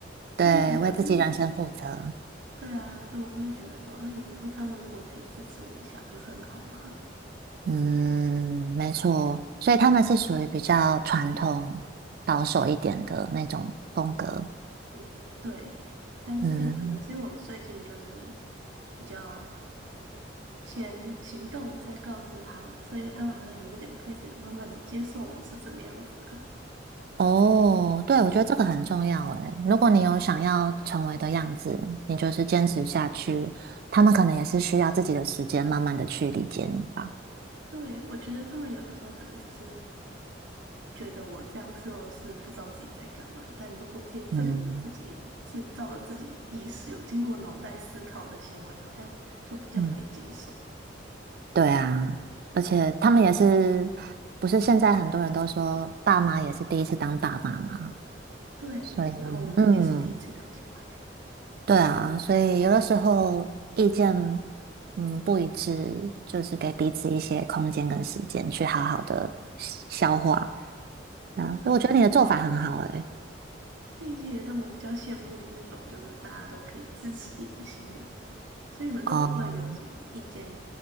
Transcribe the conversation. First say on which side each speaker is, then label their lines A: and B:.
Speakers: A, on the right; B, on the right.
A: 所以我就觉得，
B: 对，为自己人生负责。
A: 嗯，对啊，所以我会觉得说，呃，有的时候他们如果可以支持我一下，不是很好吗？
B: 嗯，没错，所以他们是属于比较传统、保守一点的那种风格。
A: 嗯对，但是可能是因为我最近就是。
B: 嗯。
A: 比较。先行动再告知他们，所以他们好像也有点开始慢慢的接受我是这个样子了。
B: 哦，对，我觉得这个很重要诶。如果你有想要成为的样子，你就是坚持下去，他们可能也是需要自己的时间，慢慢的去理解你吧。
A: 对，我觉得他们有的时候可能只是觉得我这样说是不知道自己在干嘛，但如果可以证明自己是照着自己意识有经过脑袋思考的行为，
B: 嗯
A: 好像就比较可以接受。
B: 嗯，对啊，
A: 对
B: 而且他们也是，不是现在很多人都说爸妈也是第一次当爸妈嘛，
A: 对，
B: 所以嗯，
A: 然后我们也是第一次当小孩，
B: 对啊，所以有的时候意见嗯不一致，就是给彼此一些空间跟时间去好好的消化
A: 真的。
B: 啊。我觉得你的做法很好诶、
A: 谢谢，但我比较羡慕你那种，就是大家都可以支持你的行为，所以你们都不会有什么意见
B: 哦，